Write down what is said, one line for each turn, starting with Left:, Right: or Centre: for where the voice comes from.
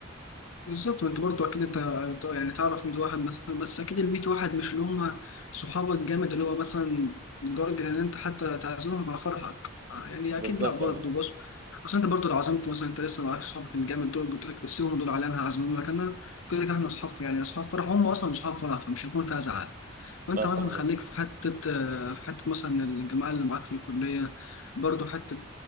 Left: بالظبط وانت برضه اكيد انت انت يعني تعرف 100 واحد مثلا بس اكيد ال 100 واحد مش اللي هم صحابك جامد اللي هو مثلا لدرجه ان انت حتى تعزمهم على فرحك يعني
Right: بالظبط
Left: اكيد لا برضه
Right: أه
Left: بص اصل انت برضه لو عزمت مثلا انت لسه معاك صحابك الجامد دول قلت لك سيبهم دول على انا هعزمهم مكاننا كده كده احنا اصحاب يعني اصحاب فرح هم اصلا اصحاب فرح فمش هيكون فيها زعل وانت
Right: لا
Left: مثلا
Right: فاهمك
Left: خليك في حته في حته مثلا الجماعه اللي معاك في الكليه برضه حته